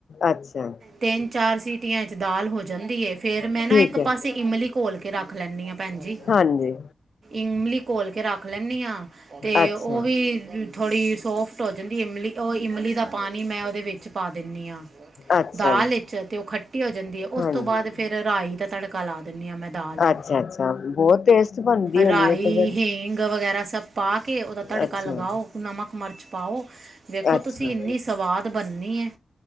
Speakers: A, on the left; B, on the right.
A: ਅੱਛਾ
B: ਤਿੰਨ-ਚਾਰ ਸੀਟੀਆਂ ਚ ਦਾਲ ਹੋ ਜਾਂਦੀ ਹੈ ਫੇਰ ਮੈਂ ਨਾ
A: ਠੀਕ
B: ਇੱਕ
A: ਹੈ
B: ਪਾਸੇ ਇਮਲੀ ਘੋਲ ਕੇ ਰੱਖ ਲੈਂਦੀ ਹਾਂ ਭੈਣਜੀ,
A: ਹਾਂਜੀ
B: ਇਮਲੀ ਘੋਲ ਕੇ ਰੱਖ ਲੈਂਦੀ ਹਾਂ। ਤੇ
A: ਅੱਛਾ
B: ਉਹ ਵੀ ਥੋੜ੍ਹੀ ਸੋਫਟ ਹੋ ਜਾਂਦੀ ਇਮਲੀ ਉਹ ਇਮਲੀ ਦਾ ਪਾਣੀ ਮੈਂ ਉਹਦੇ ਵਿੱਚ ਪਾ ਦਿੰਦੀ ਹਾਂ।
A: ਅੱਛਾ
B: ਦਾਲ
A: ਜੀ
B: ਵਿੱਚ ਤੇ ਉਹ ਖੱਟੀ ਹੋ ਜਾਂਦੀ ਹੈ
A: ਹਾਂਜੀ
B: ਉਸ ਤੋਂ ਬਾਅਦ ਫਿਰ ਰਾਈ ਦਾ ਤੜਕਾ ਲਾ ਦਿੰਦੀ ਹਾਂ ਮੈਂ। ਦਾਲ ਨੂੰ
A: ਅੱਛਾ-ਅੱਛਾ ਬਹੁਤ ਟੇਸਟ ਬਣਦੀ ਹੋਣੀ
B: ਰਾਈ
A: ਹੈ ਤੇ ਫਿਰ
B: ਹੀਂਗ ਵਗ਼ੈਰਾ ਸਭ ਪਾ ਕੇ ਉਹਦਾ ਤੜਕਾ
A: ਅੱਛਾ
B: ਲਗਾਓ ਨਮਕ ਮਿਰਚ ਪਾਓ। ਦੇੇਖੋ
A: ਅੱਛਾ
B: ਤੁਸੀਂ ਇੰਨੀ ਸਵਾਦ ਬਣਨੀ ਹੈ